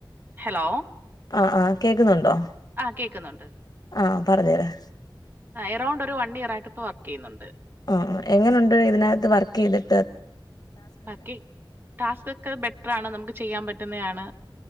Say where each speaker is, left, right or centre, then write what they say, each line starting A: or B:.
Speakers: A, on the right; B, on the left.
A: hello
B: ആ ആഹ് കേൾക്കുന്നുണ്ടോ?
A: ആ കേൾക്കുന്നുണ്ട്.
B: ആഹ പറഞ്ഞുരാം.
A: ആ എറൗണ്ട് ഒരു വൺ ഇയർ ആയിട്ട് ഇപ്പോ വർക്ക് ചെയ്യുന്നുണ്ട്.
B: ആ ആ എങ്ങനെണ്ട് ഇതിനകത്ത് വർക്ക് യ്തിട്ട്.
A: ബാക്കി ടാസ്ക് ഒക്കെ ബെറ്റർ ആാണ് നമുക്ക് ചെയ്യാൻ പറ്റുന്നെ തയാണ്.